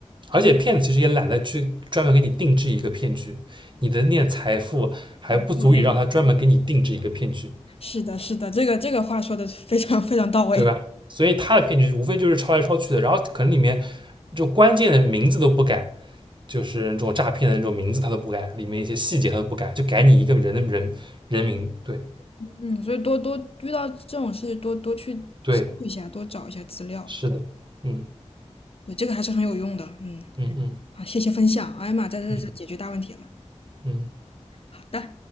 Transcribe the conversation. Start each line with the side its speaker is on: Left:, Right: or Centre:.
Right: 而且骗子其实也懒得去专门给你定制一个骗局，你的那点财富还不足以让他专门给你定制一个骗局，
Left: 我我那是的，是的，这个这个话说的非常非常到位。
Right: 对吧？所以他的骗局无非就是抄来抄去的，然后可能里面就关键的名字都不改，就是这种诈骗的那种名字他都不改，里面一些细节他都不改，就改你一个人的人人名。对
Left: 嗯，所以多多遇到这种事，多多去搜一下，
Right: 对，
Left: 多找一下资料，
Right: 是的，嗯
Left: 对，这个还是很有用的。嗯，
Right: 嗯嗯。
Left: 好，谢谢分享。哎呀妈，这这这解决大问题了。
Right: 嗯嗯，
Left: 好的。